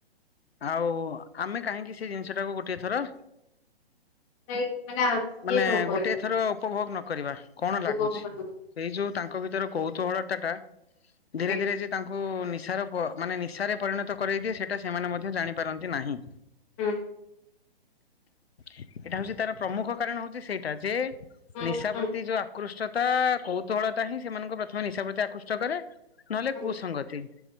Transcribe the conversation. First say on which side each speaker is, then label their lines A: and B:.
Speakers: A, on the left; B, on the left.
A: ଆଉ ଆମେ କାହିଁକି ସେ ଜିନିଷ ଟାକୁ ଗୋଟିଏ ଥର
B: ନାଇଁ ମାନେ ଆ ଇଏ
A: ମାନେ
B: ନ କରେ
A: ଗୋଟିଏ ଥର ଉପଭୋଗ ନକ କରିବା କଣ
B: ଉପଭୋଗ
A: ଲାଗୁଛି
B: ନ କରେ
A: ସେଇ ଯୋଉ ତାଙ୍କ ଭିତରେ କୌତୁହଳତା ଟା ଧୀରେ
B: ଆଜ୍ଞା
A: ଧୀରେ ଯେ ତାଙ୍କୁ ନିଶାର ପ ମାନେ ନିଶାରେ ପରିଣତ କରେଇ ଦିଏ ସେଇଟା ସେମାନେ ମଧ୍ୟ ଜାଣିପାରନ୍ତି ନାହିଁ।
B: ହଁ।
A: ଏଇଟା ହଉଛି ତାର ପ୍ରମୁଖ କାରଣ ହଉଛି ସେଇଟା ଯେ
B: ହୁଁ
A: ନିଶା
B: ହୁଁ
A: ପ୍ରତି ଯୋଉ ଆକୃଷ୍ଟତା କୌତୁହଳ ଟା ହିଁ ସେମାନଙ୍କୁ ପ୍ରଥମେ ନିଶା ପ୍ରତି ଆକୃଷ୍ଟ କରେ। ନହେଲେ
B: ହୁଁ
A: କୁ ସଂଙ୍ଗତି।